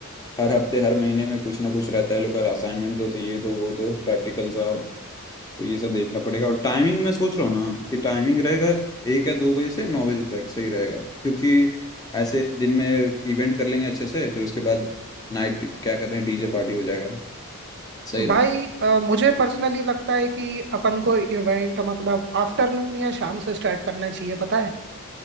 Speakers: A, on the left; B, on the right.
A: हर हफ्ते हर महीने में कुछ ना कुछ रहता है लोग का असाइनमेंट दो तो ये दो वो दो प्रैक्टिकल्स आओ तो ये सब देखना पड़ेगा और टाइमिंग मैं सोच रहा हूँ ना कि टाइमिंग रहेगा एक या दो बजे से नौ बजे तक सही रहेगा क्योंकि ऐसे दिन में इवेंट कर लेंगे अच्छे से फिर उसके बाद नाइट क्या कहते हैं डीजे पार्टी हो जाएगा सही
B: भाई अ, मुझे पर्सनली लगता है कि अपन को इवेंट मतलब आफ्टरनून या शाम से स्टार्ट करना चाहिए पता है